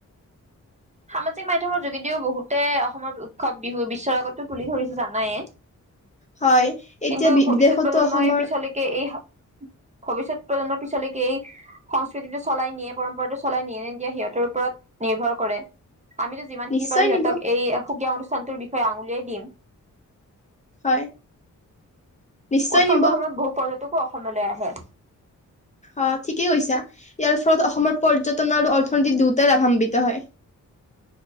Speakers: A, on the right; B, on the left.
A: সামাজিক মাধ্যমৰ যোগেদিও বহুতে অসমৰ উৎসৱ বিহু বিশ্বৰ আগতো তুলি ধৰিছে জানায়ে
B: হয় এতিয়া
A: কিন্তু
B: বি
A: ভৱিষ্যত
B: বিদেশতো
A: প্ৰজন্মই
B: অসমৰ
A: পিছলৈকে এই ভৱিষ্যত প্ৰজন্মৰ পিছলৈকে এই সংস্কৃতিটো চলাই নিয়ে পৰম্পৰাটো চলাই নিয়ে এনে দিয়া সিহঁতৰ ওপৰত নিৰ্ভৰ কৰে আমিতো যিমানখিনি
B: নিশ্চয়
A: পাৰো সিহঁতক
B: নিব
A: এই সুকীয়া অনুষ্ঠানটোৰ বিষয়ে য়ে আঙুলিয়াই দিম
B: হয় নিশ্চয়
A: উৎসৱৰ
B: নিব
A: সময়ত বহু পৰ্য্য। টোকো অসমলৈ আহে।
B: অ ঠিকেই কৈছা ইয়াৰ ফলত অসমৰ পৰ্যটন আৰু অৰ্থনীতি দুয়টাই লাভাম্বিত হয়।